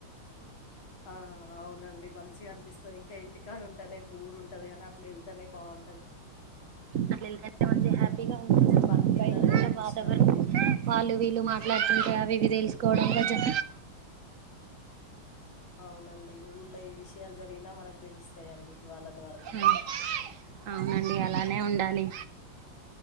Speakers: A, on the left (about 75°); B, on the right (about 55°).
A: ఆ అవునండి మం చ్చి అన్పిస్తది ఇంకా ఇంటి కడుంటనే బోరు ఉంటది అన్ అట్లేళ్తేనే బావుం
B: అట్లేళ్తేనే మంచి హ్యాపీగా ఉంటు
A: అట్లా పనికి వెళ్ళడమే
B: బయటద
A: నాకు
B: వాతావరణం
A: ఇష్టం అండి
B: వాళ్ళు వీళ్ళు మాట్లాడుతుంటే అవి ఇవి తెలుసుకోవడం
A: ఆ
B: కొంచం
A: అవునండి ఇ ఊళ్ళ ఎ విషయాలు జరిగినా మనకి తెలుస్తాయండి ఇది వాళ్ళ ద్వారానే
B: హుమ్ అవునండి అలానే ఉండాలి